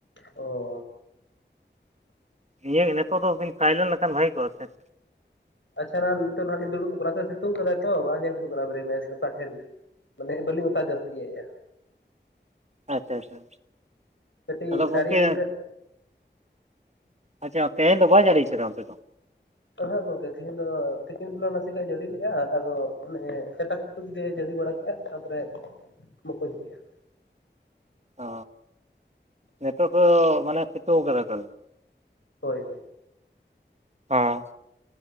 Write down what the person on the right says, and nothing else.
ᱤᱭᱟᱹ ᱱᱤᱛᱚᱜ ᱫᱚᱵᱤᱱ ᱥᱷᱟᱭᱞᱮᱱ ᱞᱮᱠᱷᱟᱱ ᱵᱷᱟᱹᱜᱤ ᱠᱚᱜᱼᱟ ᱥᱮ ᱾
ᱟᱪᱪᱷᱟ ᱟᱪᱪᱷᱟ,
ᱟᱫᱚ ᱜᱚᱝᱠᱮᱼᱼ
ᱟᱪᱪᱷᱟ ᱛᱮᱦᱮ ᱫᱚ ᱵᱟᱭ ᱡᱟᱹᱲᱤ ᱟᱠᱟᱫᱟ ᱚᱱᱛᱮ ᱫᱚ?
ᱚ ᱱᱤᱛᱚᱜ ᱫᱚ ᱢᱟᱱᱮ ᱥᱮᱛᱩᱜ ᱠᱟᱫᱟ ᱛᱟᱦᱚᱞᱮ ᱾
ᱦᱚᱸ